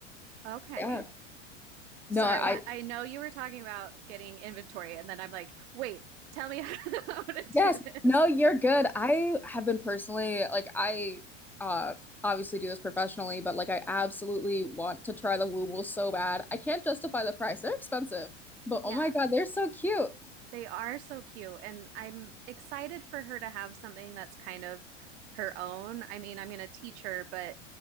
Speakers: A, on the right; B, in the centre.
A: Okay.
B: Yeah. No,
A: Sorry.
B: I
A: I I know you were talking about getting inventory, and then I'm like, wait, tell me <laughs> how to do
B: yes. No,
A: this.
B: you're good. I have been personally like I uh obviously do this professionally, but like I absolutely
A: Mhm.
B: want to try the woobles so bad. I can't justify the price. They're expensive, but
A: Yeah.
B: oh my God, they're so cute.
A: They are so cute, and I'm excited for her to have something that's kind of her own. I mean, I'm going to teach her, but